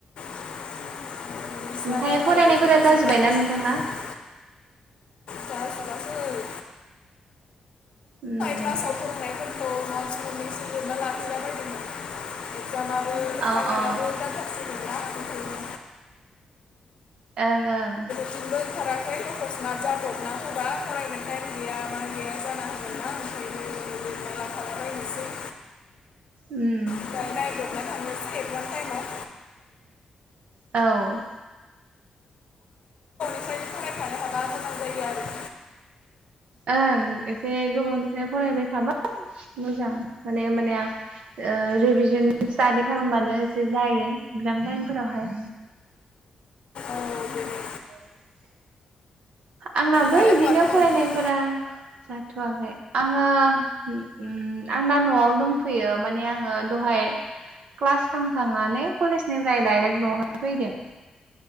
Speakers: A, on the left; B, on the right.
A: <unintelligible> जमा
B: ओमफ्राय
A: जमा
B: फरायनायफोरा जाजोब्बायना
A: <unintelligible>
B: नोंथांना
A: जाजुबाखै।
B: उम।
A: क्लासाव फोरोंनायफोरखौ नतस् मोननैसो लिरना लाफैला बायदोंमोन। एगजामाबो
B: अ
A: फाइनेलआबो
B: अ
A: जाथारसिगोन ना ओंखायनो।
B: ओं ओं।
A: <unintelligible> ओंखाराखै एखस्माट जाब्रबना होबा फरायनो टाइम गैया मा गैया जाना <unintelligible> ओंखायनो लिरना लाखाला बायनोसै।
B: उम।
A: ओमफ्राय नायब्रबना थांनोसै इक्जाम टाइमाव।
B: औ।
A: बेखायनो फरायखानो हाबा मोजां जायो आरो।
B: ओं एसे गोबावनिफ्राय फरायबाय थाबा मोजां माने होमबानिया ओ रिभिजन स्टाडि खालामबानो एसे जायो एगजाम टाइम फोरावहाय।
A: आरो
B: <inaudible>
A: औ बेनो
B: आंनाबो
A: दालाय
B: इदिनो
A: बहाथो
B: फरायनायफोरा
A: दं नोंथां
B: जाथ'वाखै आङो ओ ओम आं दा न'आवनो दंफैयो माने आङो ओ दहाय क्लास खालामखांनानै कलेजनिफ्राय डाइरेक्ट नवावहा फैदो।